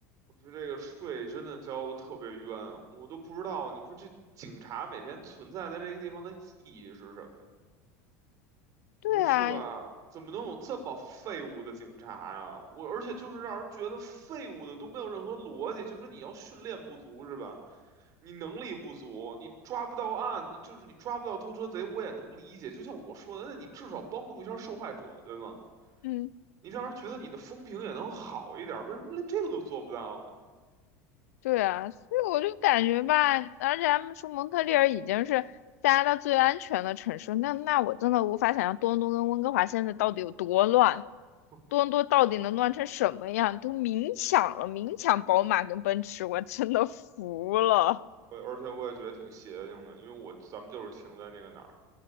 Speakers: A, on the right (about 45°); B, on the left (about 85°).
A: 我觉得这个税真的交的特别冤，我都不知道。你说这警察每天存在在这个地方的意义是什么？
B: 对啊，
A: 你说是吧？怎么能有这么废物的警察呀？我而且就是让人觉得废物的都没有任何逻辑，就说你要训练不足是吧？你能力不足，你抓不到案，你就是你抓不到偷车贼，我也能理解。就像我说的，那你至少帮助一下受害者，对吗？
B: 嗯，
A: 你让人觉得你的风评也能好一点儿为什么连这个都做不到呢？
B: 对啊，所以我就感觉吧，而且他们说蒙特利尔已经是加拿大最安全的城市，那那我真的无法想象多伦多跟温哥华现在到底有多乱。
A: <laughs>
B: 多伦多到底能乱成什么样？都明抢了，明抢宝马跟奔驰，我真的服了。
A: 我而且我也觉得挺邪性的，因为我咱们就是停在那个哪儿，